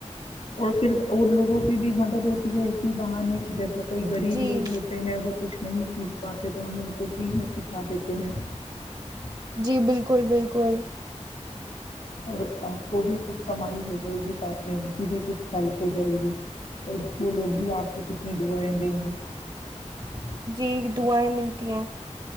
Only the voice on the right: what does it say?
جی
جی بالکل بالکل
جی دعائیں ملتی ہیں